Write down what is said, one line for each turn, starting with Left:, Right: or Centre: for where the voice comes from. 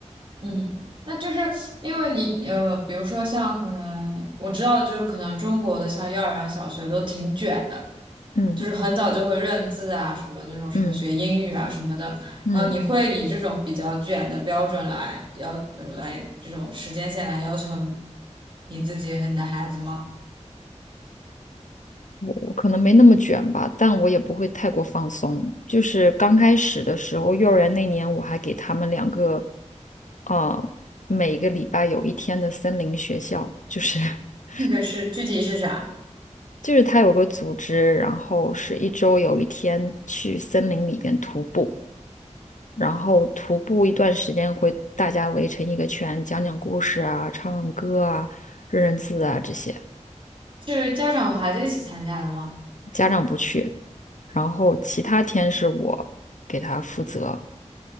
Right: 嗯，那就是因为你呃，比如说像可能我知道，就是可能中国的像幼儿园、小学都挺卷的，
Left: 嗯
Right: 就是很早就会认字啊，什么那种什么学英语啊什么的。
Left: 嗯嗯。
Right: 啊。你会以这种比较卷的标准来要呃来这种时间线来要求你自己和你的孩子吗？
Left: 我可能没那么卷吧，但我也不会太过放松。就是刚开始的时候，幼儿园那年我还给他们两个，呃，每个礼拜有一天的森林学校，就是 <laughs>
Right: 那个是具体是啥？
Left: 就是他有个组织，然后是一周有一天去森林里边徒步，然后徒步一段时间会大家围成一个圈，讲讲故事啊，唱唱歌啊，认认字啊这些。
Right: 是家长和孩子一起参加的吗？
Left: 家长不去，然后其他天是我给他负责。